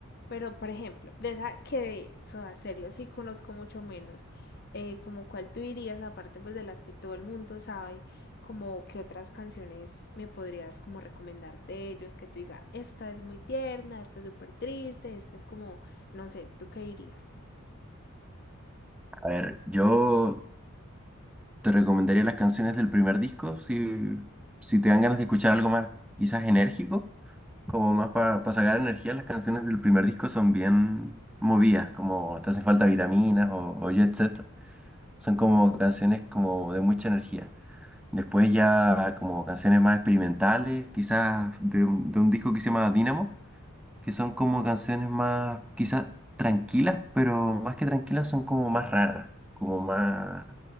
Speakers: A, on the left; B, in the centre.
A: Pero, por ejemplo, de esa que de Soda Stereo sí conozco mucho menos, eh, como cuál tú dirías, aparte pues de las que todo el mundo sabe, como qué otras canciones me podrías como recomendar de ellos, que tú digas, esta es muy tierna, esta es súper triste, esta es como, no sé, ¿tú qué dirías?
B: A ver, yo Te recomendaría las canciones del primer disco si, si te dan ganas de escuchar algo más, quizás enérgico, como más para sacar energía. Las canciones del primer disco son bien movidas, como te hacen falta vitaminas o, o jet set. Son como canciones como de mucha energía. Después ya como canciones más experimentales, quizás de, un de un disco que se llama Dynamo, que son como canciones más quizás tranquilas, pero más que tranquilas son como más raras, como más